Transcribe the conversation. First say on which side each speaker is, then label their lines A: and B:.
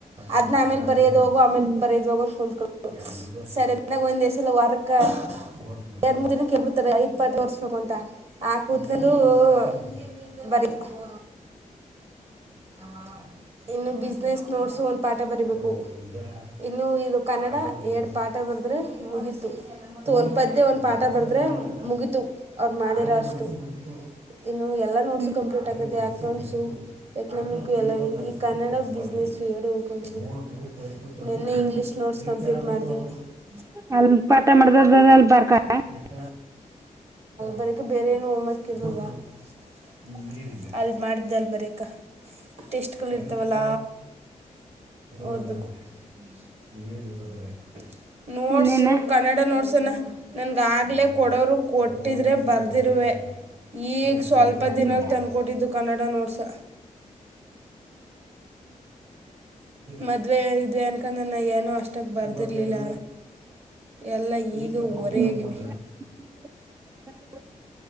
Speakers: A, on the right; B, on the right.
A: ಅದನ ಆಮೇ ಬರೋದು ಹೋಗೋ ಆಮೇ
B: ಹ್ಮ್
A: ಬರೋದ ಹೋಗೋ. <unintelligible> ಸಡನ್ನಾಗಿ ಒಂದೇ ಸಲ ವಾರಕ್ಕ. <unintelligible> ಎರಡು ಮೂರ್ ದಿನಕ್ಕ <unintelligible> ಐದುಪಟ್ ತೊರ್ಸ್ಬೇಕು ಅಂತ ನಾ ಕೂತ್ಕೊಂಡು. <unintelligible> <unintelligible> ಇನ್ನು ಬಿಸ್ನೆಸ್ ನೋಡ್ಸು ಒಂದು ಪಾಠ ಬರೀಬೇಕು. ಇನ್ನು ಇದು ಕನ್ನಡ ಎರಡು ಪಾಠ ಬರೆದ್ರೆ ಮುಗೀತು. ಒಂದು ಪದ್ಯ ಒಂದು ಪಾಠ ಬರೆದ್ರೆ ಮುಗೀತು ಅವ್ರು ಮಾಡಿರ ಅಷ್ಟು. ಇನ್ನು ಎಲ್ಲ ನೋಟ್ಸು
B: ಹ್ಮ್
A: ಕಂಪ್ಲೀಟ್ <unintelligible> ಅಕೌಂಟ್ಸು. ನಮಗೊ ಎಲ್ಲ ಈ ಕನ್ನಡ ಬಿಸ್ನೆಸ್ಸು ಎರಡು ಉಳ್ಕೊಂಡಿದೆ. ನೆನ್ನೆ
B: ಹ್ಮ್
A: ಇಂಗ್ಲೀಷ್ ನೋಟ್ಸ್ ಕಂಪ್ಲೀಟ್ ಮಾಡಿಧಿ. <unintelligible>
B: <unintelligible> ಪಾಠ <unintelligible> <unintelligible> <unintelligible>
A: <unintelligible> ಬರಿಯಾಕೆ ಬೇರೆ ಏನು ಹೋಮೇವರ್ಕ್ ಇರ್ಲಿಲ್ವ. <unintelligible> ಅಲ್ ಮಾಡ್ದ ಅಲ್ ಬರಿ ಅಕ್ಕ. ಟೇಸ್ಟ್ಗಳು ಇರ್ತಾವಲ್ಲ ಓದಬೇಕು. <unintelligible> ನೋಟ್ಸು
B: ಇನ್ನೇನ
A: ಕನ್ನಡ ನೋಟ್ಸ್ನ್ನ. ನಂಗೆ ಆಗಲೇ ಕೊಡೋರು ಕೊಟ್ಟಿದ್ರೆ ಬರ್ದಿರುವೆ. ಈಗ್ ಸ್ವಲ್ಪ
B: ಹ್ಮ್
A: ದಿನಲ್ಲಿ ತಂದುಕೊಟ್ಟಿದ್ದು ಕನ್ನಡ ನೋಟ್ಸ್. ಮದುವೆ <unintelligible> ಅನ್ಕೊಂಡು ನನ್ನ ಏನೋ. <unintelligible> ಬರ್ದಿರಲಿಲ್ಲ ಎಲ್ಲ ಈಗ ಹೊರೆಯಾಗಿವಿ.
B: ಹ್ಮ್ <inaudible>